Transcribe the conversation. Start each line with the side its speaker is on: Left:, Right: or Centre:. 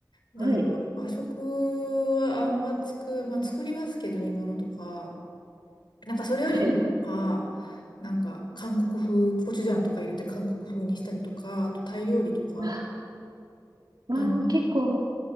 Left: だから和食はあんま作、
Right: はい。
Left: まあ作りますけど煮物とか、なんかそれよりもなんか、
Right: はい。
Left: なんか韓国風、コチュジャンとか入れて韓国風にしたりとか、あとタイ料理とか、
Right: わ、わあ、
Left: あの、
Right: 結構、